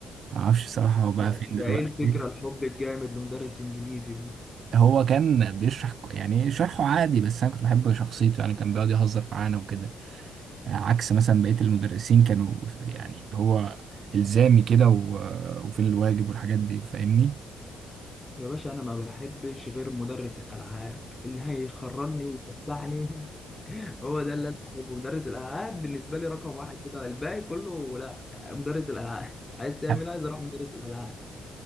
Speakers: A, on the right (about 60°); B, on the left (about 15°).
A: ما اعرفش بصراحه هو بقى
B: ده
A: فين
B: ده
A: دلوقتي
B: ايه الفكره الحب الجامد لمدرس انجليزي دي
A: هو كان بيشرح ك- يعني شرحه عادي بس انا كنت بحب شخصيته يعني كان بيقعد يهزر معانا وكده عكس مثلا بقيه المدرسين كانوا يعني اللي هو الزامي كده و- وفين الواجب والحاجات دي فاهمني
B: يا باشا انا ما بحبش غير مدرس الالعاب اللي هيخرجني ويفسحني هو ده اللي انا عايزه مدرس الالعاب بالنسبه لي رقم واحد كده الباقي كله لا مدرس الالعاب <laughs> عايز تعمل
A: <laughs>
B: إيه؟ عايز اروح مدرس الالعاب